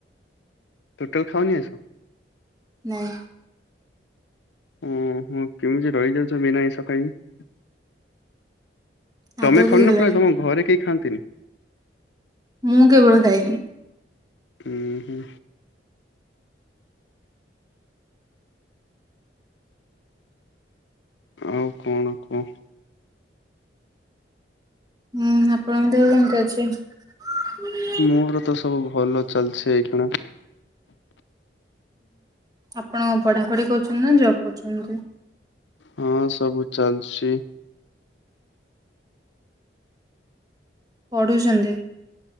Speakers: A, on the left; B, on the right.
A: ଟୋଟାଲ ଖାଅନି ଆଇଁଷ?
B: ନାଇଁ।
A: ଓ ହ କେମିତି ରହିଯାଉଛ ବିନା ଆଇଁଷ ଖାଇକି।
B: ଆଦତ
A: ତମେ ଖାଉନ
B: ହେଇଗଲାଣି
A: ନା ପ୍ରାୟ ତମ ଘରେ କେହି ଖାଆନ୍ତିନି।
B: ମୁଁ କେବଳ ଖାଏନି।
A: ହୁଁ ହୁଁ। ଆଉ କଣ କୁହ?
B: ହୁଁ ଆପଣଙ୍କ ଦେହ କେମିତି ଅଛି?
A: ମୋର ତ ସବୁ ଭଲ ଚାଲିଛି ଏୟୀଖେଣା।
B: ଆପଣ ପଢାପଢି କରୁଛନ୍ତି ନା ଜବ୍ କରୁଛନ୍ତି?
A: ହଁ ସବୁ ଚାଲିଛି।
B: ପଢ଼ୁଛନ୍ତି?